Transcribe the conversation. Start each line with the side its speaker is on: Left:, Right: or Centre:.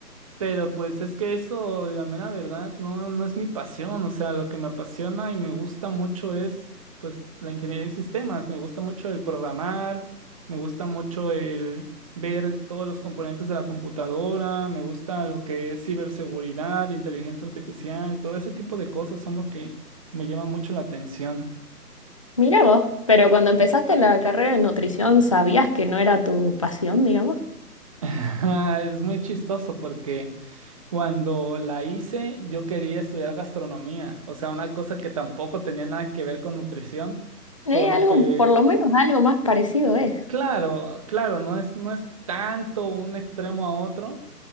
Right: Pero pues es que eso, la mera verdad, no, no es mi pasión. O sea, lo que me apasiona y me gusta mucho es pues la ingeniería en sistemas. Me gusta mucho el programar, me gusta mucho el ver todos los componentes de la computadora, me gusta lo que es ciberseguridad, inteligencia artificial, todo ese tipo de cosas son lo que me llama mucho la atención.
Left: Mira vos, pero cuando empezaste la carrera de nutrición, ¿sabías que no era tu pasión, digamos?
Right: <laughs> Es muy chistoso porque Cuando la hice, yo quería estudiar gastronomía, o sea, una cosa que tampoco tenía nada que ver con nutrición,
Left: Eh,
Right: porque,
Left: algo, por lo menos algo más parecido es,
Right: claro, claro, no es, no es tanto un extremo a otro,